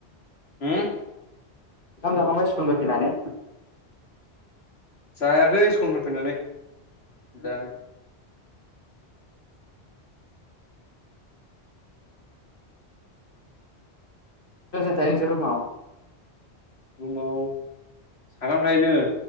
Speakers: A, on the left (about 65°); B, on the left (about 50°).
A: होम
B: ओंखाम जाखांबाय स्कुलनिफाय फैनानै।
A: जायाखै स्कुलनिफ्राय फैनानै जा
B: सोर सोर थायो नोंसोर रुमआव?
A: रुमाव साथाम थायो जोङो